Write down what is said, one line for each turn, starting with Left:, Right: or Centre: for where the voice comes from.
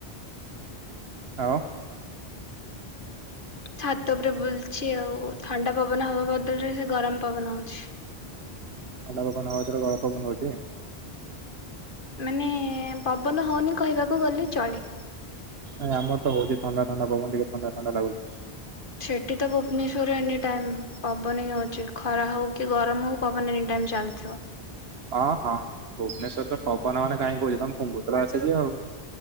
Right: ହଉ
Left: ଛାତ ଉପରେ ବୁଲଛି ଆଉ ଥଣ୍ଡା ପବନ ହବା ବଦଳରେ ସେ ଗରମ ପବନ ହଉଛି
Right: ଅଣ୍ଡା ପବନ ହଥର ଗରମ ପବନ ହଉଛି
Left: ମାନେ ପବନ ହଉନି କହିବାକୁ ଗଲେ ଚଳେ
Right: ନାଇଁମର ତ ହଉଛି ଥଣ୍ଡା ଥଣ୍ଡା ପବନ ଟିକେ ଥଣ୍ଡା ଥଣ୍ଡା ଲାଗୁଛି
Left: ସେଛଠି ତ ଭୁବନେଶ୍ଵରରେ ଏନି ଟାଇମ ପବନ ହି ହଉଛି ଖରା ହଉ କି ଗରମ ହଉ ପନ ଏନି ଟାଇମ ଚାଲଛ
Right: ହଁ ହଁ ଭୁବନେଶ୍ଵର ରେ ପବନ ମାନେ କାହିଁ କହୁଛ ତମ ଫୁଙ୍ଗୁତ୍ରା ଆସ କି ଆଉ